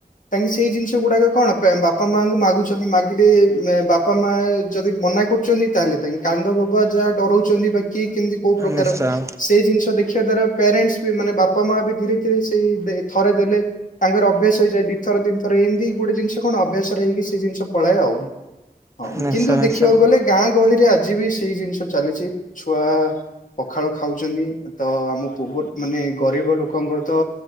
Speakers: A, on the left; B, on the right.
A: ତାଙ୍କେ ସେଇ ଜିନିଷ ସେଗୁଡାକ କଣ ପା ବାପା ମାଆଙ୍କୁ ମାଗୁଚନ୍ତି ମାଗିଲେ ଏଁ ବାପା ମାଆ ଯଦି ମନା କରୁଚନ୍ତି ତାହେଲେ ତାଙ୍କେ କାନ୍ଦ ବୋବା ଯାହା ଡରଉଚନ୍ତି ବାକି କେମିତି କୋଉ ପ୍ରକାର
B: ନିଶ୍ଚୟ
A: ସେଇ ଜିନିଷ ଦେଖିବା ଦ୍ଵାରା ପ୍ୟାରେଣ୍ଟସ୍ ବି ମାନେ ବାପା ମା ବି ଧୀରେ ଧୀରେ ସେଇ ଦେ ଥରେ ଦେଲେ ତାଙ୍କର ଅଭ୍ୟାସ ହେଇଯାଏ ଦି ଥର ତିନ ଥର ଏମ୍ ତି ଗୋଟେ ଜିନିଷ କଣ ଅଭ୍ୟାସରେ ହେଇକି ସେ ଜିନିଷ ପଳାଏ ଆଉ ହଁ
B: ନିଶ୍ଚୟ
A: କିନ୍ତୁ
B: ନିଶ୍ଚୟ
A: ଦେଖିବାକୁ ଗଲେ ଲେ ଗାଁ ଗହଳିରେ ଆଜି ବି ସେଇ ଜିନିଷ ଚାଲିଛି ଛୁଆ ପଖାଳ ଖାଉଛନ୍ତି ତ ଆମ ପୂବ ମାନେ ଗରିବ ଲୋକଙ୍କର ତ